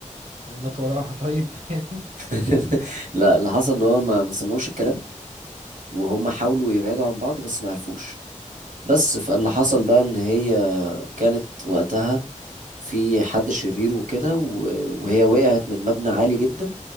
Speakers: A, on the right; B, on the right.
A: مات وراها طيب <laughs> يعني
B: <laughs> لا اللي حصل ان هو ما ما سمعوش الكلام وهم حاولوا يبعدوا عن بعض بس ما عرفوش بس فاللي حصل بقى ان هي كانت وقتها في حد شرير وكده و- وهي وقعت من مبنى عالي جدا